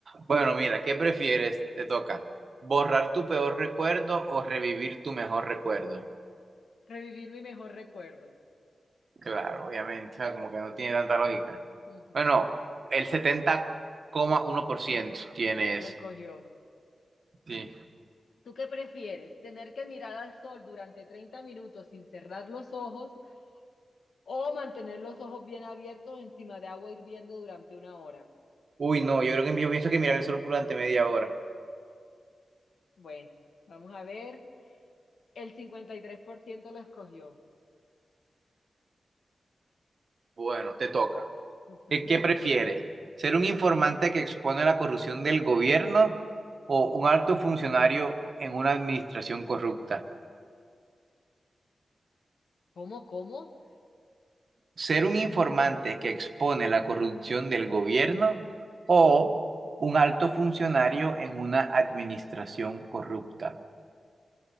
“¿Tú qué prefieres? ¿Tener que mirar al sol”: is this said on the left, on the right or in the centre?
Left